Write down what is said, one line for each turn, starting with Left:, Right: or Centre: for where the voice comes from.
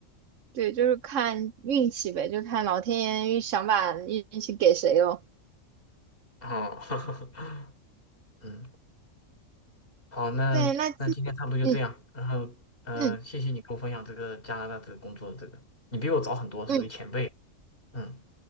Right: 对，就是看运气呗，就看老天爷想把运气给谁咯。
Left: 哦，<laughs> 嗯，好，那那今天差不多就这样，
Right: 对，那今嗯
Left: 然后，呃，
Right: 嗯
Left: 谢谢你给我分享这个加拿大这个工作的这个，你比我早很多，属于前辈。
Right: 嗯。
Left: 嗯，